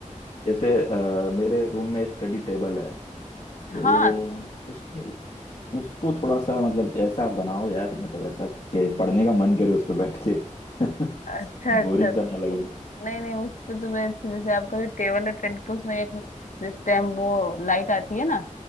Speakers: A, on the left (about 55°); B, on the left (about 75°).
A: जैसे अ, मेरे रूम में स्टडी टेबल है तो
B: हाँ,
A: उसके उसको थोड़ा सा मतलब ऐसा बनाओ यार मतलब ऐसा कि पढ़ने का मन करे उस पर बैठ के <laughs>
B: अच्छा
A: बोरिंग
B: अच्छा तो
A: सा ना लगे
B: उस नहीं नहीं उस पे तो मैं अच्छे- जैसे आपका जो टेबल है पहले तो उसमें एक जो स्टैम्प वो लाइट आती है ना